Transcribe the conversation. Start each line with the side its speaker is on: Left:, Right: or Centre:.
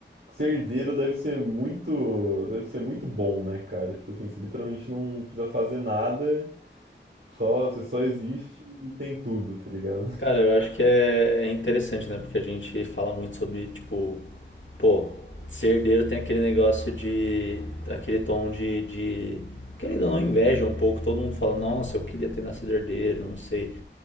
Right: ser herdeiro deve ser muito, deve ser muito bom, né, cara? Tipo assim, você literalmente não precisa fazer nada, só, você só existe e tem tudo, tá ligado? <laughs>
Left: Cara, eu acho que é é interessante, né? Porque a gente fala muito sobre, tipo, pô, ser herdeiro tem aquele negócio de, aquele tom de, de, querendo ou não, inveja um pouco. Todo mundo fala, nossa, eu queria ter nascido herdeiro, não sei.